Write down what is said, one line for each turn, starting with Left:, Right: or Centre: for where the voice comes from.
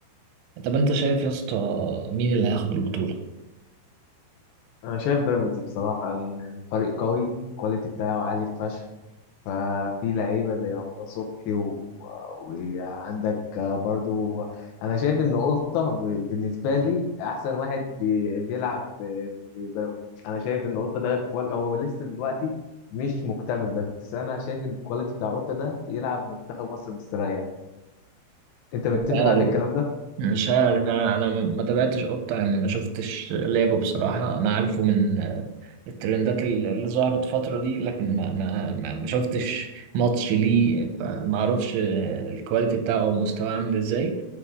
Right: طب انت شايف يا اسطى مين اللي هياخد البطوله
Left: انا شايف بيراميدز بصراحه إن الفريق قوي الكواليتي بتاعه عالي فشخ ففي لعيبة زي رمضان صبحي و... وعندك برضو أنا شايف إن قطة ب- بالنسبة لي أحسن واحد بي... بيلعب في في بيراميدز أنا شايف إن قطة ده كوال... هو لسه دلوقتي مش مكتمل بس أنا شايف إن الكواليتي بتاع قطة ده يلعب منتخب مصر مستريح أنت متفق
Right: مش
Left: معايا
Right: عارف
Left: في الكلام ده؟
Right: مش عارف انا انا ما تابعتش قطة يعني ما شفتش لعبه بصراحة انا عارفه من آه، الترندات اللي اللي ظهرت الفترة دي لكن ما ما ما ما شفتش ماتش ليه فما اعرفش آه، الكواليتي بتاعه او مستواه عامل ازاي